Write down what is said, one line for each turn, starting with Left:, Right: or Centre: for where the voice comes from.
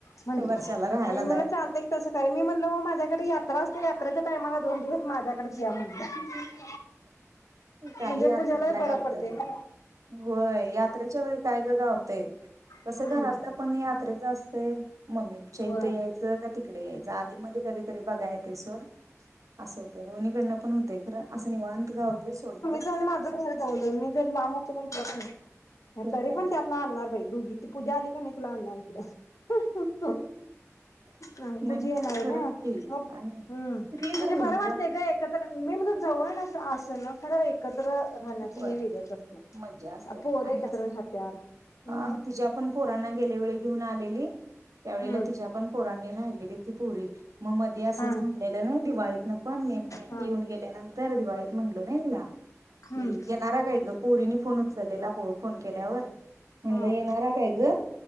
Left: म्हणली
Right: वर्षाला राहायला
Left: म चालतय की तस करा मी म्हणलो माज्या तीकड यात्रा असतिया यात्रेच्या टाइमाला दोन दिवस माज्याकडच या म्हटलं.
Right: काय
Left: म्हणजे
Right: यात्रेला
Left: पूजाला बरं
Right: गावत्यात
Left: पडते ना
Right: ग होय यात्रेच्या वेळी काय ग गावतय कसं
Left: हम्म
Right: घरातलं पण यात्रेच अस ते ममीपच्या
Left: होय
Right: इथं यायचं का तिकड यायचं आधी मध्ये कधीतरी बघाय येतय सोड. असं होतय दोन्हीकडनं. पण होतय खर. असं निवांत गावतय सोड.
Left: तुज आणि माझं घर जवळ जवळ मी जर लांब असतो कणी जखमी <unintelligible>
Right: तर
Left: तरी
Right: काय
Left: पण त्यातन आणणार बाई दुघी ती पूजा आली. मी तुला आणणार इकड हं
Right: नाही
Left: पूजी येणार आहे
Right: खरंच
Left: ना हं
Right: की
Left: मग
Right: आणि
Left: म्हणजे
Right: तीच राहिली
Left: बरं वाटतय ग एकत्र मी म्हणतो जवळ नसल त्यांना खरं एकत्र
Right: व्हय
Left: वेगळंच असतंय
Right: मज्जा असतिया
Left: पोरं
Right: आणि
Left: एकत्र
Right: असणारच
Left: राहत्यात हम्म
Right: अ तिच्या पण पोरांना गेल्यावेळी घिवून आलेली. त्यावेळेला
Left: हम्म
Right: तिज्या पण पोरांनी राहलेलीत की पोरी म मधे असंच
Left: हा
Right: म्हणलेलं नाही दिवाळीतन पण मे महिन्यात
Left: हा
Right: येऊन गेल्यानंतर दिवाळीत म्हणलो नाही तिला
Left: हम्म
Right: ये येनारा काय ग पो पोरींनी फोन उचललेला फो फोन केल्यावर म्हणलं
Left: हा
Right: येणारा काय ग